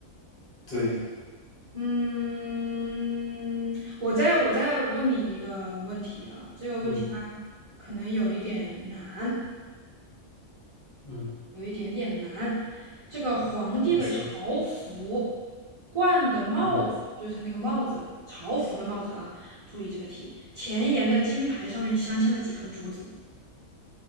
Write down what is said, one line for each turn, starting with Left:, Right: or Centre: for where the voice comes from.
Left: 对，
Right: 嗯，我再我再问你一个问题啊，这个问题它可能有一点难，
Left: 嗯嗯。
Right: 有一点点难。这个皇帝的朝服冠的帽子，
Left: 你说，嗯，
Right: 就是他那个帽子，朝服的帽子啊，注意这个题，前沿的金牌上面镶嵌了几颗珠子。